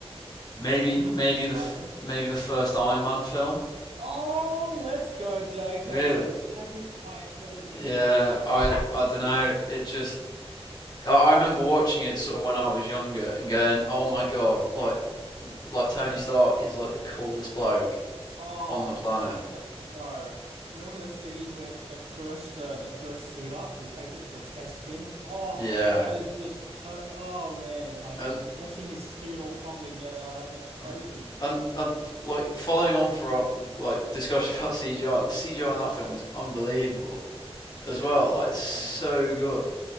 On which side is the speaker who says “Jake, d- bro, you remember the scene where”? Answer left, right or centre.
Right